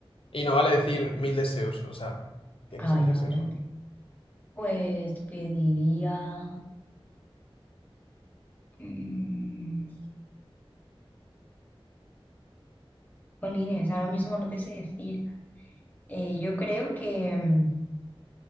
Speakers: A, on the left (about 65°); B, on the left (about 15°).
A: Y no vale decir mil deseos, o sea, tiene
B: Ah,
A: que ser
B: ya,
A: un deseo
B: obviamente.
A: solo.
B: Pues pediría diría... mm, Jolines, ahora mismo no te sé decir. Eh, yo creo que... mm,